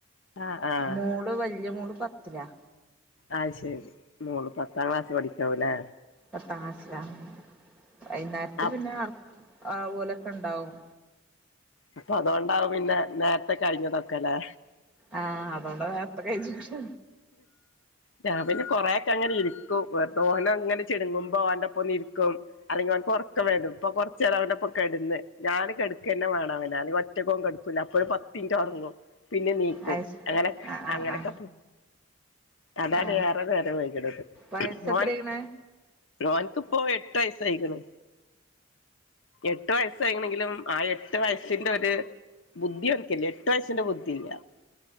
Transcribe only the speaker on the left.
ആഹ് ആഹ്
അത് ശെരി മോള് പത്താം ക്ലാസ് പഠി എവടെ
അപ്പൊ
അപ്പൊ അതുകൊണ്ടാവും പിന്നെ നേരത്തെ കഴിഞ്ഞതൊക്കെല്ലേ
ഞാൻ പിന്നെ കൊറെയക്കെ അങ്ങനെ ഇരിക്കും വെർതോനൊന്ന് അങ്ങനെ ചിണുങ്ങുമ്പോ ഔന്റെപ്പൊ ഒന്നിരിക്കും അല്ലെങ്കിൽ ഓൻക്ക് ഒറക്കം വെരും ഇപ്പൊ കൊറച്ച് നേരം അവന്റെപ്പം കെടന്ന് ഞാൻ കെട് ക്കെന്നെവേണം അവന് അല്ലെങ്കിൽ ഒറ്റക്ക് ഓൻ കെടക്കൂല അപ്പൊഴ് പത്ത് മിനിറ്റ് ഒറങ്ങും പിന്നെ നീക്കും
അങ്ങനെ
അങ്ങനെക്കെ
അതാണ്
ഏറെ നേരം വൈകണത്
ഓൻ ഓൻക്ക് ഇപ്പോ എട്ട് വയസ്സായിക്ക്ണ് എട്ട് വയസ്സായിക്കിണെങ്കിലും ആ എട്ടു വയസിന്റെ ഒരു ബുദ്ധി ഓന്ക്കില്ല എട്ടു വയസിന്റെ ബുദ്ധിയില്ല